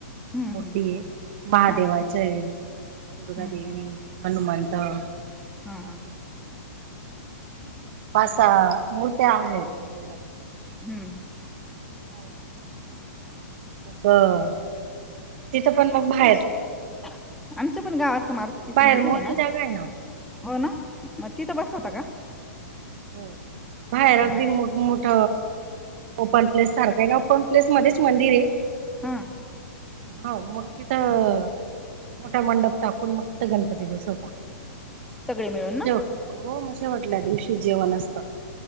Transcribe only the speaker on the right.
मूर्ती
आहे महादेवाचे
दुर्गादेवी
हनुमंत
म
पा अस मूर्त्या आहेत मिरात
हो ब तिथं पण मग बाहेर
बाहेर
मोठी
जागा ना ओ.
हो बाहेर अगदी
मोठ ओपन प्लेस सारखा आहे ना ओपन प्लेस मध्येच मंदिर आहे
होा मग तिथं मोठा मंडप टाकून मग तिथं गणपती बसवता
ेव हो मे वाटल्या दिवशी जेवण असत